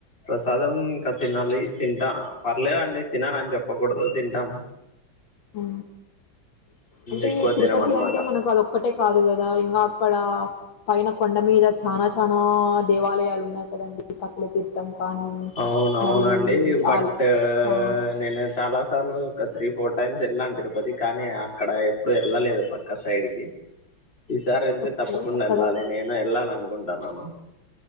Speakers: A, on the left; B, on the left.
A: ప్రసాదం ఇంకా తినాలి తింటా పర్లేదండి తిననుని చెప్పకూడదు తింటాం
B: అ అంటే
A: ఎక్కువ
B: ఈ తిరుపతి
A: తినం అన్నమాట
B: అంటే మనకు అది ఒక్కటే కాదు కదా ఇంకా అక్కడ పైన కొండ మీద చానా చానా దేవాలయాలు ఉన్నాయి కదండి కపిల తీర్థం కానీ
A: అవును అవునండి
B: మరి
A: బట్
B: ఆల్ ఆ
A: నేను చాలాస్ సార్లు ఒక త్రీ ఫోర్ టైమ్స్ ఎళ్ళాన్ తిరుపతిక్ కానీ అక్కడ ఏప్ బుడ్ ఎళ్ళలేదు పక్క సైడ్కి ఈ సారి వెళ్తే
B: ఓకే
A: తప్పకుండ
B: అక్కడ
A: ఎళ్ళాలి నేను ఎళ్ళాల్ అను ఉంటాన్నను